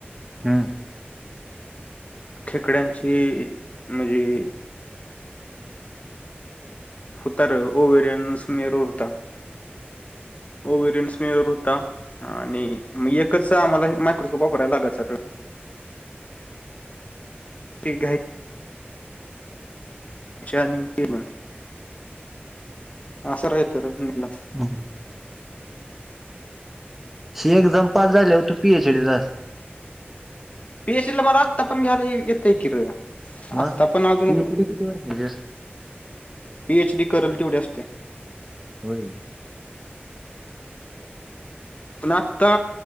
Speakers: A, in the centre; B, on the left.
A: हम्म.
B: खेकड्यांची ई म्हणजे होतार, ओवरियन समेर वर हुता. हो वरियन्स मर होता आणि मग एकच आम्हाला मायक्रोस्कोप वापरायला लागायाचं रं. <unintelligible> ज्यांकी म अस राय त रं. <unintelligible>
A: हम्. शी एकदम पास झाल्यावर तू पी एच डी झालं.
B: पी एच डी ल मला आत्ता पण घ्यायला येतय कि र
A: मग
B: आत्ता पण अजून.
A: पीएचडी किती वर्षाची असते?
B: पीएचडी करेल तेवढी असते.
A: होय.
B: पण आत्ता